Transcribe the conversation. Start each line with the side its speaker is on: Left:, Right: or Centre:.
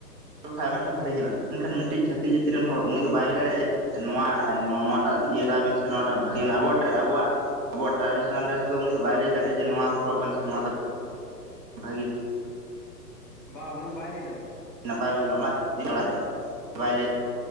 Right: ᱞᱮᱠᱷᱟᱡ ᱟᱵᱮᱱ ᱴᱷᱮᱱ ᱵᱷᱟᱞᱤ ᱧᱮᱞᱚᱜ-ᱟ ᱢᱮᱱᱠᱷᱟᱱ ᱢᱤᱫᱴᱤᱡ ᱪᱷᱟᱹᱛᱤᱠ ᱡᱟᱹᱛᱤ ᱨᱮᱱ ᱦᱚᱲ ᱩᱱᱤ ᱫᱚ ᱵᱟᱭ ᱞᱟᱹᱭ ᱫᱟᱲᱮᱜᱟᱭ ᱱᱚᱣᱟ ᱱᱚᱣᱟ ᱱᱚᱣᱟᱴᱟᱜ ᱤᱭᱟᱹ <unintelligible> ᱵᱮᱱ ᱥᱮ ᱱᱚᱣᱟᱴᱟᱜ ᱵᱷᱟᱜᱮ ᱟᱵᱚᱣᱟᱜ ᱰᱨᱮ ᱟᱵᱚᱣᱟᱜ ᱟᱵᱚᱣᱟᱜ ᱴᱨᱟᱰᱤᱥᱚᱞ ᱰᱨᱮᱥ ᱫᱚ ᱩᱱᱤ ᱫᱚ ᱵᱟᱭ ᱞᱟᱹᱭ ᱫᱟᱲᱮ-ᱟ, ᱡᱮ ᱱᱚᱣᱟ ᱦᱚᱨᱚᱜᱵᱮᱱ ᱥᱮ ᱱᱚᱣᱟ ᱫᱚ ᱵᱷᱟᱜᱤ
Centre: ᱵᱟ ᱩᱱᱤ ᱫᱚ ᱵᱟᱭ ᱞᱟᱹᱭ ᱫᱟᱲᱮᱭᱟᱜ-ᱟ ᱛᱚ᱾
Right: ᱱᱟᱯᱟᱭ ᱵ ᱧᱮᱞᱚᱜ-ᱟ ᱚᱱᱟ <inaudible> ᱫᱟᱲᱮᱭᱟᱜ-ᱟ ᱵᱟᱭ ᱞᱟᱹᱭ